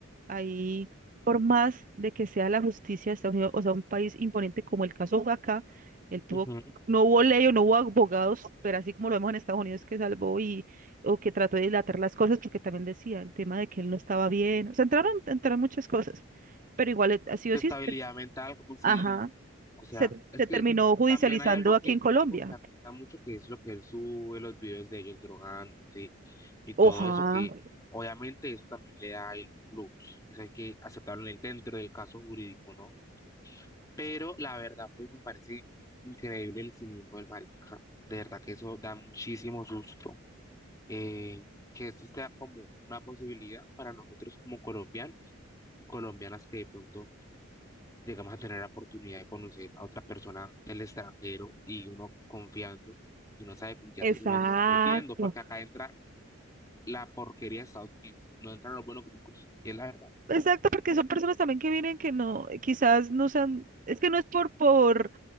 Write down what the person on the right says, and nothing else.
ahí, por más de que sea la justicia de Estados Unidos, o sea, un país imponente como el caso de acá, él tuvo,
no hubo ley o no hubo abogados, pero así como lo vemos en Estados Unidos que salvó y, o que trató de dilatar las cosas, porque también decía el tema de que él no estaba bien, o sea, entraron, entraron muchas cosas, pero igual, eh, así
o sí,
se-
ajá,
se,
se
terminó judicializando
aquí
en Colombia.
Oja,
exacto.
Exacto, porque son personas también que vienen que no, quizás no sean, es que no es por, por,